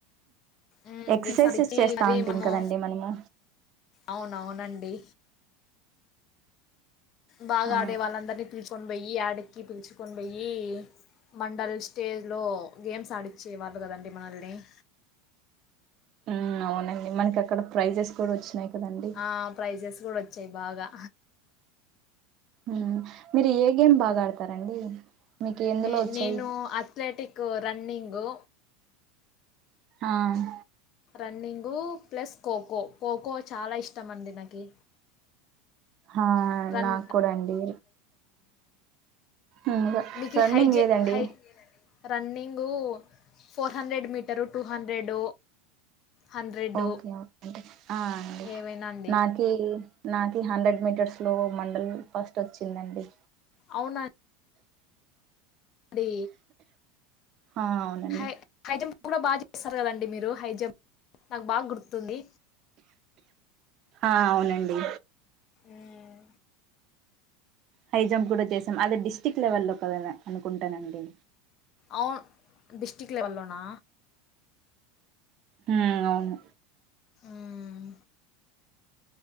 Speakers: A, on the left; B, on the right.
A: ఉమ్
B: ఎక్సర్సైజెస్
A: గేమ్స్ ఆడిచ్చి
B: చేస్తా
A: మరి
B: ఉంటిమి
A: మనము.
B: కదండి మనము
A: అవునవునండి. బాగా
B: ఆ
A: ఆడే వాళ్ళందరినీ తీసుకొని పోయి ఆడి. కి పిలుచుకొని పోయి మండల్ స్టేజ్ లో గేమ్స్ ఆడిచ్చే వాళ్ళు గదా అండి మనల్ని. ఉమ్
B: ఉమ్ అవునండి మనకి అక్కడ ప్రైజెస్ కూడా వచ్చినాయి. కదండి
A: ఆ ప్రైజెస్ కూడా వచ్చాయి బాగా
B: ఉమ్ మీరు ఏ గేమ్ బాగా ఆడతారండి మీకు ఎందులో
A: నే
B: వచ్చాయి.
A: నేను అథ్లెటిక్ రన్నింగు.
B: ఆహ్.
A: రన్నింగు ప్లస్ ఖోఖో ఖోఖో చాలా ఇష్టమండి నాకి.
B: ఆహ్
A: రన్
B: నాకు కూడా అండి. ఉమ్ ర
A: నీకి
B: రన్నింగ్
A: హై హైజే
B: ఏదండి
A: high running. Four hundred metre two hundred. Hundred
B: okay okay అవునండి ఆహ్ అండి
A: ఏవైనా అండి
B: నాకీ. నాకి హండ్రెడ్ మీటర్స్ లో మండల్ ఫస్ట్ వచ్చిందండి
A: అవునా. ధే.
B: ఆ అవునండి
A: హై హై జంప్ కూడా బాగా చేస్తారు కదండి మీరు హైజ. నాకు బాగా గుర్తుంది.
B: ఆహ్ అవునండి.
A: మ్మ్.
B: హై జంప్ కూడా చేసాం అది డిస్ట్రిక్ట్ లెవెలో కద అనుకుంటానండి.
A: అవున్ డిస్ట్రిక్ట్ లెవెల్లోనా.
B: ఉమ్ అవును.
A: మ్మ్.